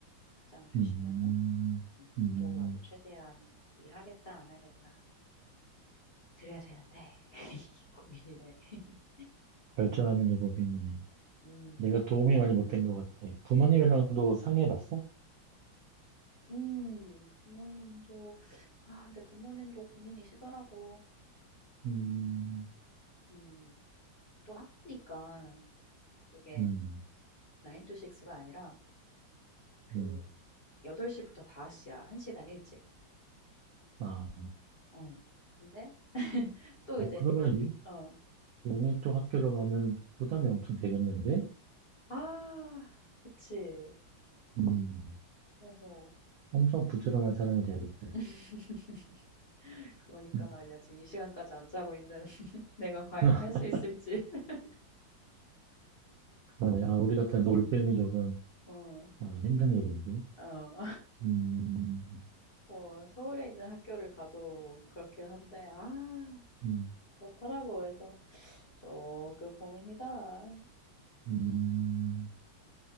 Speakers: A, on the left; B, on the right.
A: 답장을 주시면은
B: 음,
A: 음
B: 음.
A: 또 나도 최대한 뭐 '일하겠다. 안 하겠다.' 드려야 되는데 <laughs> 고민이네. <laughs>
B: 결정하는 게 고민이네.
A: 음.
B: 내가 도움이 많이 못 된 것 같아. 부모님이랑도 상의해봤어?
A: 음. 부모님도 아 근데 부모님도 고민이시더라고.
B: 음,
A: 음. 또 학교니까 이게
B: 음,
A: 9 to 6 가 아니라 그
B: 음.
A: 8 시부터 5 시야. 1 시간 일찍.
B: 아,
A: 어. 근데 또
B: 어,
A: 이제
B: 그러면 이-
A: 어.
B: 용인 쪽 학교로 가면 부담이 엄청 되겠는데?
A: 아 그치.
B: 음,
A: 그래서
B: 엄청 부지런한 사람이 돼야겠어요.
A: <laughs> 그러니까
B: 음,
A: 말이야. 지금 이 시간까지 안 자고 있는 <laughs> 내가 과연
B: <laughs>
A: 할 수 있을지. <laughs>
B: 그러네. 아, 우리 같은 올빼미족은
A: 어.
B: 아, 힘든 일인데.
A: 어.
B: 음,
A: 뭐 서울에 있는 학교를 가도 그렇긴 한데 아
B: 음,
A: 그렇더라고. 그래서 조금 고민이다. 음.
B: 음,